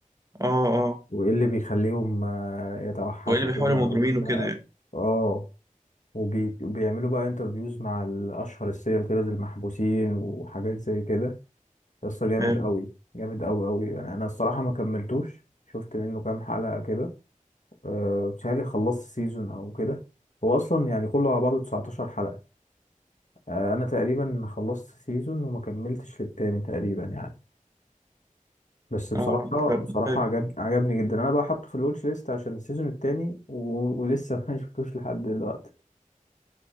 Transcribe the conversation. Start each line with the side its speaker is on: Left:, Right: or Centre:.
Right: اه اه
Left: وايه اللي بيخليهم آه، يتوحشوا
Right: هو إيه اللي
Left: كده
Right: بيحاول مجرمين
Left: وبتاع
Right: وكده يعني
Left: اه وبي- وبيعملوا بقى انترفيوز مع الاشهر السيريال كيلرز المحبوسين وحاجات زي كده قصة جامد
Right: حلو
Left: قوي جامد قوي قوي يعني انا الصراحة ما كملتوش شفت منه كام حلقة كده آه، بتهيألي خلصت سيزون او كده هو اصلا يعني كله على بعضه 19 حلقة آه، انا تقريبا خلصت سيزون وما كملتش للتاني تقريبا يعني بس بصراحة
Right: اه لا
Left: بصراحة
Right: حلو
Left: عجب
Right: ده
Left: عجبني جدا انا بقى حاطه في الواتش ليست عشان السيزون التاني و... ولسه <laughs> ما شفتوش لحد دلوقتي